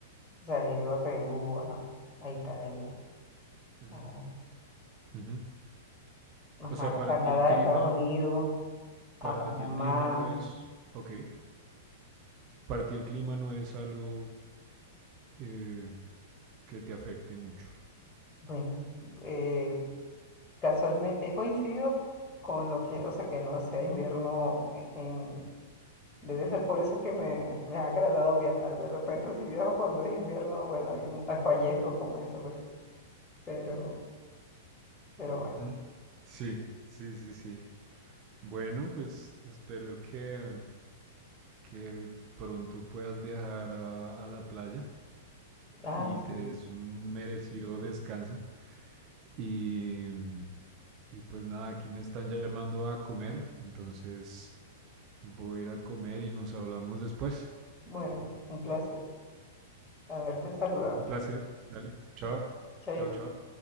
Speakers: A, on the left; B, on the right.
A: O sea, he ido a Perú, a, a Italia,
B: Ujú,
A: Oh,
B: ujú.
A: ajá,
B: O sea, para
A: Canadá,
B: ti el clima,
A: Estados Unidos, a
B: para
A: Panamá.
B: ti el clima no es, ok, para ti el clima no es algo eh, que te afecte mucho.
A: Bueno, eh, casualmente he coincidido con lo que, o sea, que no sea invierno en, en- debe ser por eso que me, me ha agradado viajar. De repente, si viajo cuando es invierno, bueno, ahí mu- ahí <laughs> fallezco, como dice, hombre. Pero, pero bueno.
B: Ujú. Sí, sí, sí, sí. Bueno, pues espero que, que pronto puedas viajar a, a la playa
A: Ah,
B: y te
A: sí.
B: des un merecido descanso. Y, Y pues nada, aquí me están llamando a comer, entonces voy a ir a comer y nos hablamos después.
A: Bueno, un placer haberte saludado.
B: Un placer. Dale. Chao.
A: Chaito.
B: Chao, chao.